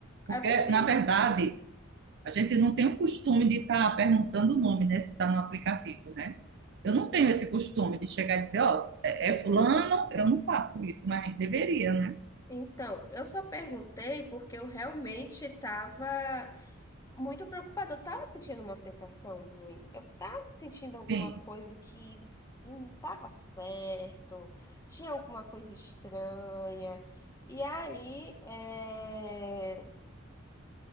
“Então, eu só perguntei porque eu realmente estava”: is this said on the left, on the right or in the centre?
Left